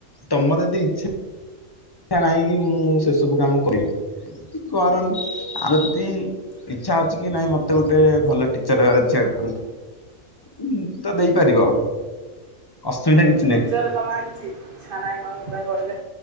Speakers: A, on the left; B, on the right.
A: ତମର ଯଦି ଇଚ୍ଛା। ନାହିଁ କି ମୁଁ ସେ ସବୁ କାମ କରିମି କରନି ଆ ଯଦି। ଇଚ୍ଛା ଅଛି କି ନାଇଁ ମତେ ଗୋଟେ ଭଲ ଟିଚର ହେବାର ଅଛି ଆଗକୁ। ଉଁ ଉଁ ତ ଦେଇପାରିବ। ଅସୁବିଧା କିଛ
B: ଟିଚର ଜମା କିଛି ଇଚ୍ଛା ନାହିଁ କଣ ପାଇଁ କହିଲେ। !!!!!!!!!!